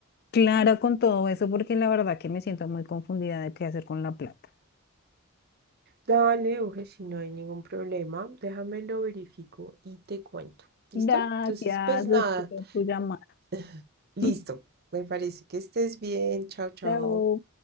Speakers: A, on the left; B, on the right.
A: clara con todo eso, porque la verdad que me siento muy confundida de qué hacer con la plata.
B: Dale, Uge, si no hay ningún problema, déjame lo verifico y te cuento. ¿Listo?
A: Gracias,
B: Entonces, pues nada,
A: espero tu llamada. <laughs>
B: <laughs> listo.
A: Mm.
B: Me parece que estés bien. Chao, chao.
A: Chao.